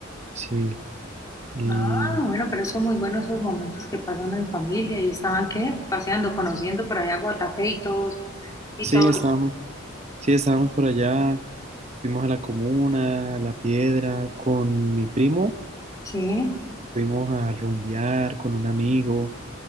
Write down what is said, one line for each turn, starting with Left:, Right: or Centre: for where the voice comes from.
Right: Sí, y
Left: Ah, bueno, pero son muy buenos esos momentos que pasan en familia y estaban, ¿qué? Paseando, conociendo por allá Guatapé y todos, y
Right: sí,
Left: todos.
Right: estábamos, sí, estábamos por allá, fuimos a la comuna, a La Piedra, con mi primo,
Left: Sí.
Right: fuimos a rumbear con un amigo,